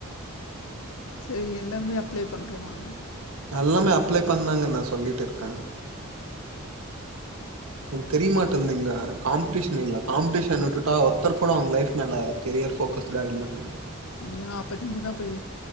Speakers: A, on the left (about 85°); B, on the right (about 85°).
A: சரி எல்லாமே அப்ளே பண்றோ நாங்க
B: எல்லாமே அப்ளே பண்ணாங்கன் நா சொல்லிட்டு இருக்க உங்களுக்கு தெரியமாட்டேந்தீங்க காம்படிஷன் இல்ல காம்படிஷன் வுட்டுட்டா ஒருத்தர் கூட அவங்க லைஃப் மேல கெரியர் ஃபோகஷ்டா இல்லங்க
A: ஏ அப்ப நீங்க தா போய்